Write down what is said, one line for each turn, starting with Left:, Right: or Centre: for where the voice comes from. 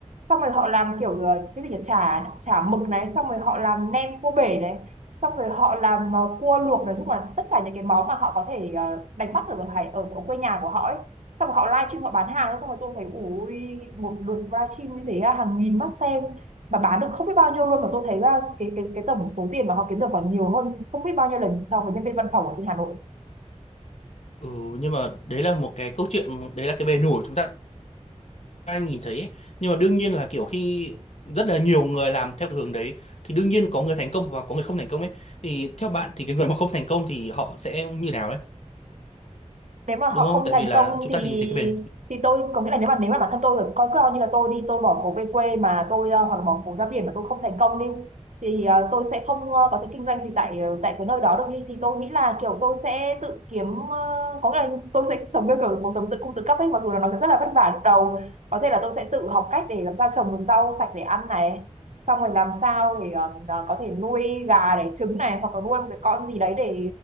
Right: xong rồi họ làm kiểu ờ, cái gì nhỉ chả chả mực này xong rồi họ làm nem cua bể này xong rồi họ làm ờ, cua luộc nói chung là tất cả những cái món mà họ có thể ờ, đánh bắt ở hải ở, ở quê nhà của họ ấy xong rồi họ live stream họ bán hàng xong rồi tôi thấy ui một lượt live stream như thế à, hàng nghìn mắt xem mà bán được không biết bao nhiêu luôn mà tôi thấy là cái cái cái tổng số tiền mà họ kiếm được còn nhiều hơn không biết bao nhiêu lần so với nhân viên văn phòng ở trên Hà Nội
Left: Ừ nhưng mà đấy là một cái câu chuyện đấy là cái bề nổi chúng ta ai nhìn thấy ấy. nhưng mà đương nhiên là kiểu khi rất là nhiều người làm theo cái hướng đấy thì đương nhiên có người thành công và có người không thành công ấy thì theo bạn thì cái người mà không thành công thì họ sẽ như nào đấy
Right: nếu mà
Left: đúng
Right: họ
Left: không
Right: không
Left: tại
Right: thành
Left: vì là
Right: công
Left: chúng
Right: thì
Left: ta nhìn thấy cái bền
Right: thì tôi có nghĩa là nếu mà nếu mà bản thân tôi coi coi như là tôi đi tôi bỏ phố về quê mà tôi ờ, hoặc là bỏ phố ra biển mà tôi không thành công đi thì ờ, tôi sẽ không ờ, có thể kinh doanh gì tại ờ, tại cái nơi đó được đi thì tôi nghĩ là kiểu tôi sẽ tự kiếm ờ, có nghĩa là tôi sẽ sống theo kiểu cuộc sống tự cung tự cấp ấy mặc dù là nó sẽ rất là vất vả lúc đầu có thể là tôi sẽ tự học cách để làm sao trồng được rau sạch để ăn này xong rồi làm sao để ờ, ờ, có thể nuôi gà để trứng này hoặc là nuôi một cái con gì đấy để